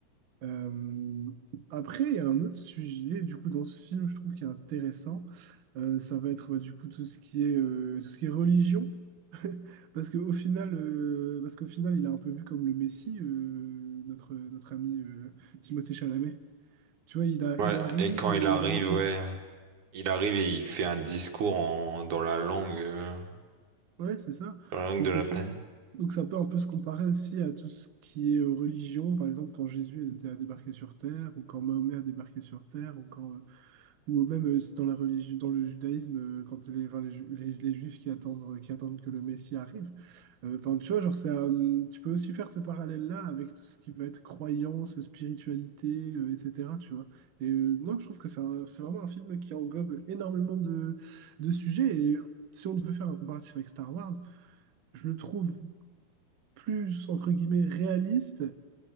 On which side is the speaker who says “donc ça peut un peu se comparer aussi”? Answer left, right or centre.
Right